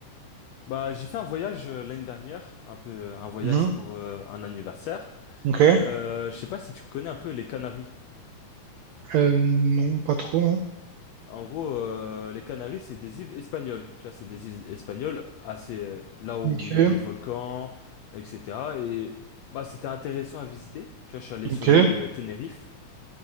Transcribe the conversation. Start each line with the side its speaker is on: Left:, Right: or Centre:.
Left: Bah, j'ai fait un voyage euh, l'année dernière, un peu un voyage
Right: Mhm.
Left: pour euh, un anniversaire.
Right: Ok.
Left: Euh, je sais pas si tu connais un peu les Canaries.
Right: Euh, non, pas trop, non.
Left: En gros, euh, les Canaries, c'est des îles espagnoles. Tu vois, c'est des îles espagnoles, assez euh, là où
Right: Ok.
Left: il y a des volcans, etc. Et bah, c'était intéressant à visiter. Tu vois, je suis allé sur
Right: Ok.
Left: l'île euh, Tenerife.